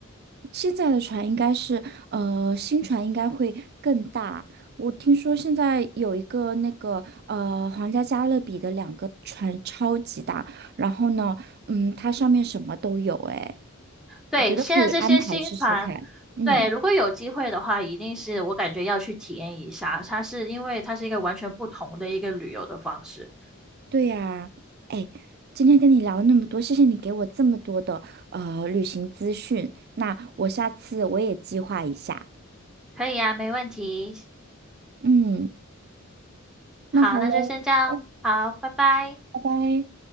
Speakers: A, on the right; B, in the centre.
A: 现在的船应该是，呃，新船应该会更大。我听说现在有一个那个，呃，皇家加勒比的两个船超级大，然后呢，嗯，它上面什么都有，诶。
B: 对，
A: 我觉得可以安排试试看。
B: 现在这些新船，
A: 嗯，
B: 对，如果有机会的话，一定是我感觉要去体验一下。它是因为它是一个完全不同的一个旅游的方式。
A: 对呀，哎，今天跟你聊了那么多，谢谢你给我这么多的呃旅行资讯。那我下次我也计划一下。
B: 可以啊，没问题。
A: 嗯，
B: 好，
A: 那好喽，
B: 那就先这样。
A: 哎，
B: 好，拜拜。
A: 拜拜。